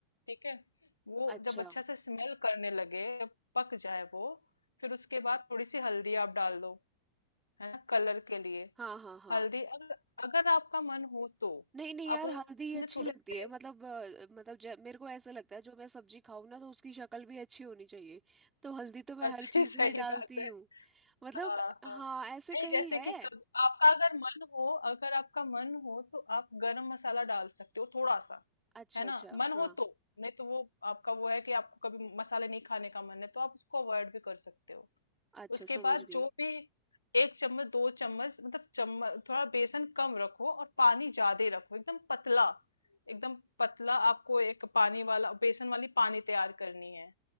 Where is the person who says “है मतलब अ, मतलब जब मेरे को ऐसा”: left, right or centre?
Right